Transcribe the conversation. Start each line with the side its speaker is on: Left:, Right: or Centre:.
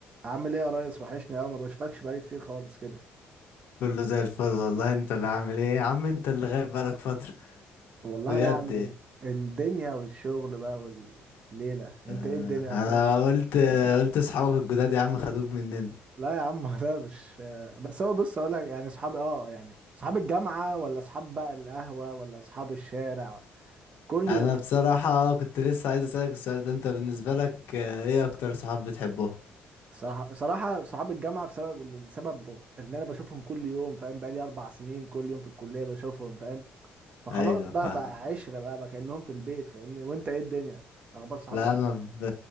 Right: عامل ايه يا ريس وحشني قوي ما بشوفكش بقالي كتير خالص كده
Left: كله زي الفل والله انت اللي عامل ايه يا عم انت اللي غايب بقالك فترة
Right: والله
Left: بجد
Right: يعني الدنيا والشغل بقى والليلة انت
Left: آه،
Right: ايه الدنيا
Left: انا
Right: اخبارك ايه
Left: قلت قلت اصحابك الجداد يا عم خدوك مننا
Right: لا يا عم <laughs> ما اقدرش آه، بس هو بص اقول لك يعني اصحابي اه يعني اصحاب الجامعة ولا اصحاب بقى القهوة ولا اصحاب الشارع كل
Left: انا بصراحة كنت لسه عايز اسألك السؤال ده انت بالنسبة لك آه، ايه اكتر صحاب بتحبه
Right: صراحة صراحة صحاب الجامعة بسبب السبب ان انا بشوفهم كل يوم فاهم بقالي اربع سنين كل يوم في الكلية بشوفهم فاهم فخلاص
Left: ايوه
Right: بقى
Left: فاهمك
Right: بقى عشرة بقى, بقى كأنهم في البيت فاهمني وانت ايه الدنيا اخبار صحابك
Left: لا انا
Right: ايه
Left: ب...